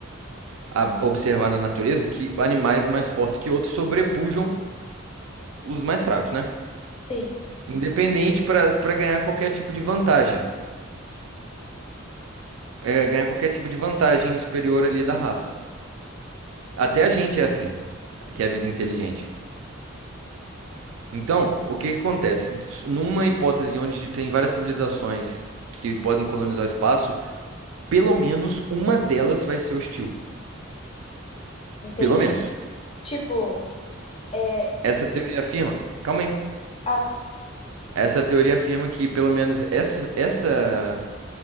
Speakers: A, on the right; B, on the left.
A: a observar na natureza que animais mais fortes que outros sobrepujam os mais fracos, né?
B: sim,
A: Independente para para ganhar qualquer tipo de vantagem, é, ganhar qualquer tipo de vantagem superior ali da raça. Até a gente é assim, que é a vida inteligente. Então, o que que acontece? Numa hipótese onde tem várias civilizações que podem colonizar o espaço, pelo menos uma delas vai ser hostil.
B: entendi.
A: Pelo menos.
B: Tipo, é...
A: Essa teoria afirma. Calma aí.
B: Ah, tá,
A: Essa teoria afirma que pelo menos essa, essa